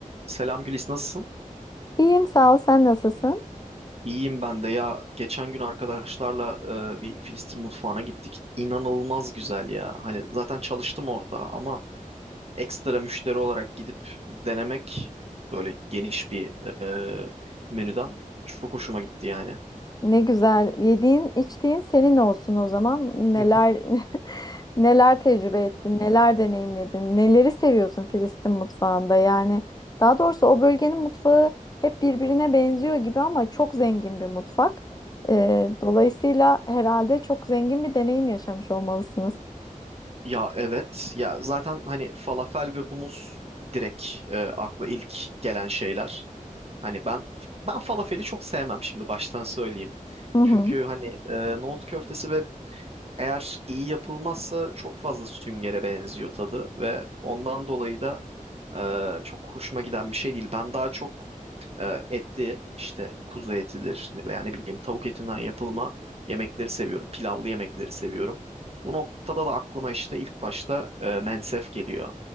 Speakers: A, on the right; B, on the left.
A: Selam Gülis, nasılsın?
B: İyiyim sağ ol. Sen nasılsın?
A: İyiyim ben de ya. Geçen gün arkadaşlarla e, bir Filistin mutfağına gittik. İnanılmaz güzel ya. Hani zaten çalıştım orada ama ekstra müşteri olarak gidip denemek böyle geniş bir e, menüden çok hoşuma gitti yani.
B: Ne güzel. Yediğin, içtiğin senin olsun o zaman. Neler
A: <laughs>
B: <laughs> neler tecrübe ettin, neler deneyimledin, neleri seviyorsun Filistin mutfağında? Yani daha doğrusu o bölgenin mutfağı hep birbirine benziyor gibi ama çok zengin bir mutfak. Ee, dolayısıyla herhalde çok zengin bir deneyim yaşamış olmalısınız.
A: Ya evet ya zaten hani falafel ve humus direkt e, akla ilk gelen şeyler. Hani ben ben falafeli çok sevmem şimdi baştan söyleyeyim.
B: Hı hı.
A: Çünkü hani e, nohut köftesi ve Eğer iyi yapılmazsa çok fazla süngere benziyor tadı ve ondan dolayı da e, çok hoşuma giden bir şey değil. Ben daha çok e, etli işte kuzu etidir veya ne bileyim tavuk etinden yapılma yemekleri seviyorum. Pilavlı yemekleri seviyorum. Bu noktada da aklıma işte ilk başta e, mensef geliyor.